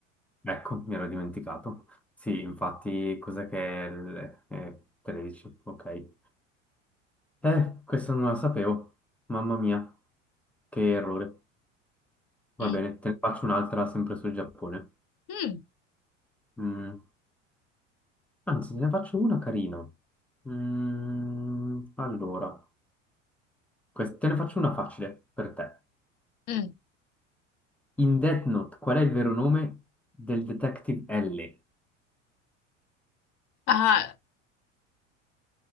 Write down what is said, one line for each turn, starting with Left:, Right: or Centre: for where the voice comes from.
Centre: Ecco, mi ero dimenticato. Sì, infatti, cos'è che è... il- eh, 13, ok. Eh, questo non lo sapevo. Mamma mia, che errore.
Left: Mm.
Centre: Va bene, te ne faccio un'altra sempre sul Giappone.
Left: Mm,
Centre: Mm, anzi, te ne faccio una carina. Mm, allora, quest- te ne faccio una facile per te.
Left: mm.
Centre: In Death Note, qual è il vero nome del detective L?
Left: Ah.